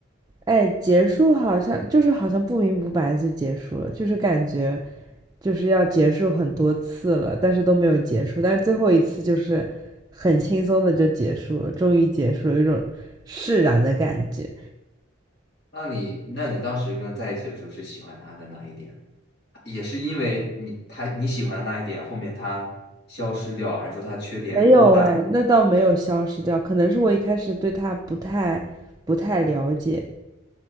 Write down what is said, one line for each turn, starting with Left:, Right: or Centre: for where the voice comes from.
Right: 哎，结束好像就是好像不明不白就结束了，就是感觉就是要结束很多次了，但是都没有结束，但是最后一次就是很轻松的就结束了，终于结束了，有一种释然的感觉。
Left: 那你那你当时跟在一起的时候是喜欢他的哪一点？也是因为你他你喜欢的那一点，后面他消失掉了，还是说他缺点过大
Right: 没有哎，那倒没有消失掉，可能是我一开始对他不太不太了解，